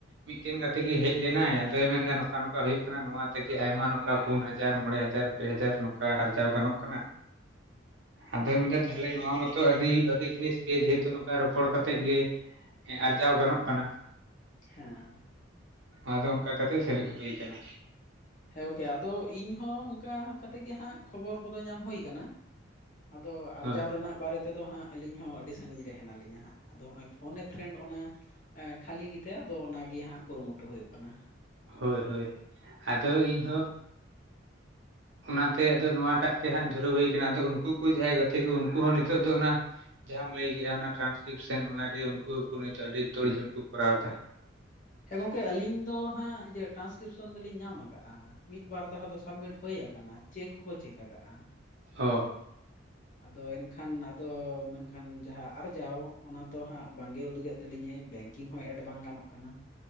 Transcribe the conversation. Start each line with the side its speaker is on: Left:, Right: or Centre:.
Right: ᱢᱤᱫᱴᱮᱱ ᱜᱟᱛᱮ ᱜᱮ ᱦᱮᱡ ᱞᱮᱱᱟᱭ ᱟᱫᱚᱭ ᱢᱮᱱᱫᱟ ᱱᱚᱝᱠᱟ ᱱᱚᱝᱠᱟ ᱦᱩᱭᱩᱜ ᱠᱟᱱᱟ ᱱᱚᱣᱟ ᱛᱮᱜᱮ ᱟᱭᱢᱟ ᱱᱚᱝᱠᱟ ᱯᱩᱱ ᱦᱟᱡᱟᱨ ᱢᱚᱬᱮ ᱦᱟᱡᱟᱨ ᱯᱮ ᱦᱟᱡᱟᱨ ᱱᱚᱝᱠᱟ ᱟᱨᱡᱟᱣ ᱜᱟᱱᱚᱜ ᱠᱟᱱᱟ ᱟᱫᱚᱭ ᱢᱮᱱᱫᱟ ᱛᱟᱦᱞᱮ ᱱᱚᱣᱟ ᱢᱟᱛᱚ ᱟᱹᱰᱤ ᱵᱷᱟᱹᱜᱤ ᱡᱤᱱᱤᱥ ᱜᱮ ᱡᱮᱦᱮᱛᱩ ᱱᱚᱝᱠᱟ ᱨᱚᱯᱚᱲ ᱠᱟᱛᱮᱮᱫ ᱜᱮ ᱦᱮᱸ ᱟᱨᱡᱟᱣ ᱜᱟᱱᱚᱜ ᱠᱟᱱᱟ
Left: ᱦᱮᱸ
Right: ᱟᱫᱚ ᱚᱝᱠᱟ ᱠᱟᱛᱮᱫ ᱥᱮᱞᱮᱫ ᱦᱩᱭ ᱠᱟᱱᱟ
Left: ᱦᱮᱸ ᱜᱚᱝᱠᱮ ᱟᱫᱚ ᱤᱧ ᱦᱚᱸ ᱚᱱᱠᱟ ᱠᱟᱛᱮᱫ ᱜᱮ ᱦᱟᱸᱜ ᱠᱷᱚᱵᱚᱨ ᱠᱚᱫᱚ ᱧᱟᱢ ᱦᱩᱭᱠᱟᱱᱟ ᱟᱫᱚ ᱟᱨᱡᱟᱣ
Right: ᱦᱳᱭ
Left: ᱨᱮᱱᱟᱜ ᱵᱟᱨᱮ ᱛᱮᱫᱚ ᱦᱟᱸᱜ ᱟᱹᱞᱤᱧ ᱦᱚᱸ ᱟᱹᱰᱤ ᱥᱟᱹᱜᱤᱧ ᱨᱮ ᱦᱱᱟᱞᱤᱧᱟ ᱦᱟᱸᱜ ᱟᱫᱚ ᱦᱚᱜ-ᱚᱭ ᱯᱷᱳᱱᱮ ᱯᱷᱨᱮᱱᱰ ᱚᱱᱟ ᱮ ᱠᱷᱟᱹᱞᱤ ᱜᱮᱛᱮ ᱟᱫᱚ ᱚᱱᱟᱜᱤ ᱦᱟᱸᱜ ᱠᱩᱨᱩᱢᱩᱴᱩ ᱦᱩᱭᱩᱜ ᱠᱟᱱᱟ
Right: ᱦᱳᱭ ᱦᱳᱭ ᱟᱫᱚ ᱤᱧ ᱦᱚᱸ ᱚᱱᱟᱛᱮ ᱟᱫᱚ ᱱᱚᱣᱟᱴᱟᱜ ᱜᱮ ᱦᱟᱸᱜ ᱫᱷᱩᱨᱟᱹᱣ ᱦᱩᱭ ᱠᱟᱱᱟ ᱟᱫᱚ ᱩᱱᱠᱩ ᱠᱩ ᱡᱟᱦᱟᱸᱭ ᱜᱟᱛᱮ ᱠᱩ ᱩᱱᱠᱩ ᱦᱚᱸ ᱱᱤᱛᱚᱜ ᱫᱚ ᱚᱱᱟ ᱡᱟᱦᱟᱸᱟᱢ ᱞᱟᱹᱭ ᱠᱮ-ᱟ ᱚᱱᱟ ᱴᱨᱟᱱᱥᱠᱨᱤᱯᱥᱮᱱ ᱚᱱᱟᱜᱮ ᱩᱱᱠᱩ ᱦᱚᱸᱠᱩ ᱱᱤᱛᱚᱜ ᱟᱹᱰᱤ ᱛᱳᱲ ᱡᱷᱳᱲ ᱠᱚ ᱠᱚᱨᱟᱣ ᱫᱟ
Left: ᱦᱮᱸ ᱜᱚᱝᱠᱮ ᱟᱹᱞᱤᱧ ᱫᱚ ᱦᱟᱸᱜ ᱤᱭᱟᱹ ᱴᱨᱟᱱᱥᱠᱨᱤᱯᱥᱚᱱ ᱫᱚᱞᱤᱧ ᱧᱟᱢ ᱟᱠᱟᱜ-ᱟ ᱢᱤᱫ ᱵᱟᱨ ᱫᱟᱦᱟ ᱫᱚ ᱥᱟᱵᱢᱤᱴ ᱦᱳᱭ ᱟᱠᱟᱱᱟ ᱪᱮᱠ ᱦᱚᱸᱠᱚ ᱪᱮᱠ ᱟᱠᱟᱜ-ᱟ
Right: ᱚ
Left: ᱟᱫᱚ ᱮᱱᱠᱷᱟᱱ ᱟᱫᱚ ᱢᱮᱱᱠᱷᱟᱱ ᱡᱟᱦᱟ ᱟᱨᱡᱟᱣ ᱚᱱᱟ ᱛᱚ ᱦᱟᱸᱜ ᱵᱟᱝᱜᱮ ᱩᱫᱩᱜᱮᱫ ᱛᱟᱹᱞᱤᱧᱟᱹᱭ ᱵᱮᱝᱠᱤᱝ ᱦᱚᱸ ᱮᱰ ᱵᱟᱝ ᱜᱟᱱᱚᱜ ᱠᱟᱱᱟ